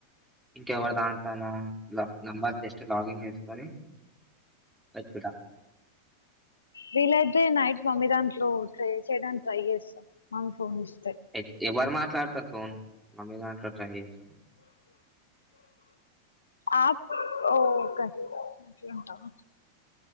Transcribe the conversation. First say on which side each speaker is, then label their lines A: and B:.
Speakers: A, in the centre; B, on the left.
A: ఇంకా ఎవరి దాంట్లన నంబర్ జస్ట్ లాగిన్ చేసుకోవాలి పెట్టుట
B: వీలయితే నైట్ మమ్మీ దాంట్లో ట్రై చేయడానికి ట్రై చేస్తా మమ్మీ ఫోన్ చేస్త
A: ఎ ఎవరు మా ట్రాక్టర్ ఫోన్ మమ్మీ దాంట్లో ట్రై చేస్స.
B: ఆ ఒకే అట్లుంటావు